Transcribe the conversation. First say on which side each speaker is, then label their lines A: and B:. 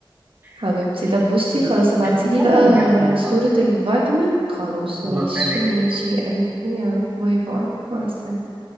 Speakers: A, on the right; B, on the right.
A: حبيبتي
B: <laughs> هجيب
A: طب بصي
B: لك
A: خلاص ابعتيلي
B: برضه
A: بقى
B: هبعتهولك
A: صورة
B: حاضر
A: الفيتامين خلاص
B: خلاص
A: ماشي
B: انا
A: ماشي يا قلبي يلا باي باي مع السلامة